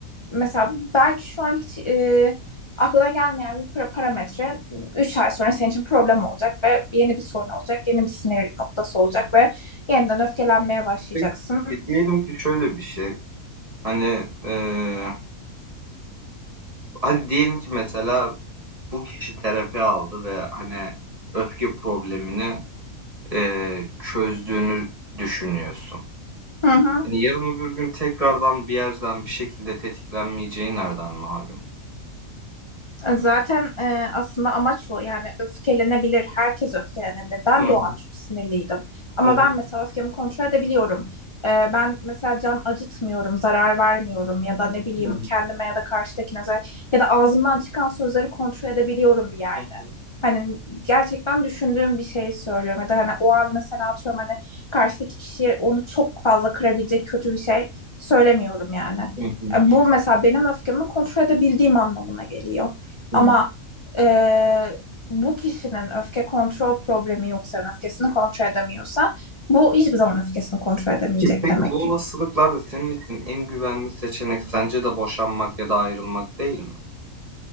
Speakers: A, on the left (about 30°); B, on the right (about 25°).
A: mesela belki şu an hiç e, aklına gelmeyen bir para- parametre 3 ay sonra senin için problem olacak ve yeni bir sorun olacak, yeni bir sinir noktası olacak ve yeniden öfkelenmeye başlayacaksın.
B: peki diyelim ki şöyle bir şey. Hani eee, hadi diyelim ki mesela bu kişi terapi aldı ve hani öfke problemini eee, çözdüğünü düşünüyorsun.
A: Hı hı.
B: Hani yarın öbür gün tekrardan bir yerden bir şekilde tetiklenmeyeceği nereden malum?
A: Zaten e, aslında amaç o yani öfkelenebilir, herkes öfkelenebilir. Ben
B: Hı hı,
A: de o an çok sinirliydim. Ama
B: hı hı,
A: ben mesela öfkemi kontrol edebiliyorum. E, ben mesela can acıtmıyorum, zarar vermiyorum ya da ne bileyim
B: hı hı,
A: kendime ya da karşıdakine zar- ya da ağzımdan çıkan sözleri kontrol edebiliyorum bir yerde.
B: hı hı,
A: Hani gerçekten düşündüğüm bir şeyi söylüyorum ya da hani o an mesela atıyorum hani karşıdaki kişiye onu çok fazla kırabilecek kötü bir şey söylemiyorum yani.
B: hı hı,
A: E, Bu mesela benim öfkemi kontrol edebildiğim anlamına geliyor.
B: hı
A: Ama
B: hı.
A: e, bu kişinin öfke kontrol problemi yoksa, yani öfkesini kontrol edemiyorsa bu hiçbir zaman öfkesini kontrol edemeyecek
B: Peki, peki
A: demek
B: bu
A: ki.
B: olasılıklarda senin için en güvenli seçenek sence de boşanmak ya da ayrılmak değil mi?